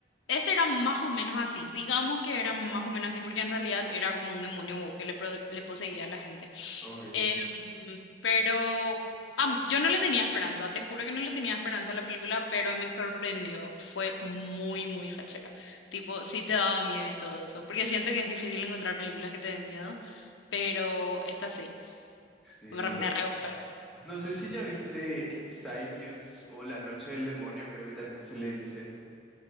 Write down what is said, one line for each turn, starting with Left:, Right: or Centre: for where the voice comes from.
Left: este era más o menos así, digamos que era más o menos así, porque en realidad era como un demonio wow, que le, pro- le poseía a la gente.
Centre: ok.
Left: Em, pero am, yo no le tenía esperanza, te juro que no le tenía esperanza a la película, pero me sorprendió. Fue muy, muy fachera. Tipo, sí te daba miedo y todo eso, porque siento que es difícil encontrar películas que te den miedo, pero esta sí,
Centre: Sí,
Left: re- me
Centre: no,
Left: re gustó.
Centre: No sé si ya viste Insidious o La Noche del Demonio, creo que también se le dice.